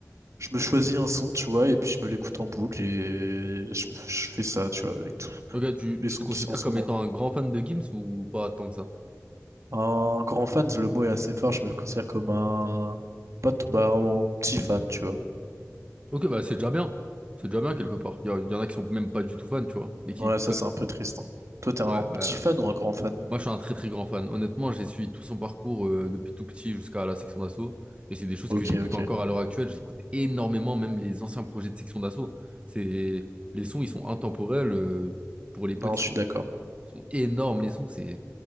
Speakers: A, on the right (about 65°); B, on the right (about 20°).
A: Je me choisis un son, tu vois, et puis je me l'écoute en boucle et je, je fais ça, tu vois, avec tous
B: Ok, tu,
A: les
B: tu
A: sons
B: te considères
A: qui sont en ce
B: comme
A: moment.
B: étant un grand fan de Gims ou pas tant que ça?
A: Un grand fan, le mot est assez fort, je me considère comme un. Pas t- bah, un petit fan, tu vois.
B: Ok, bah c'est déjà bien. C'est déjà bien quelque
A: Mm.
B: part. Il y, a- y en a qui sont même pas du tout fans, tu vois, mais qui
A: Ouais,
B: écoutent
A: ça
B: quand
A: c'est un peu triste. hein. Toi, t'es un
B: même. Ouais, bah.
A: petit fan ou un grand fan?
B: Moi, je suis un très très grand fan. Honnêtement, j'ai suivi tout son parcours euh, depuis tout petit jusqu'à la section d'assaut. Et c'est des choses
A: Ok,
B: que j'écoute
A: ok.
B: encore à l'heure actuelle. J'écoute énormément, même les anciens projets de section d'assaut. C'est... Les sons, ils sont intemporels. euh, pour l'époque,
A: Non, je
B: ils sont...
A: suis d'accord.
B: ils sont énormes. Les sons, c'est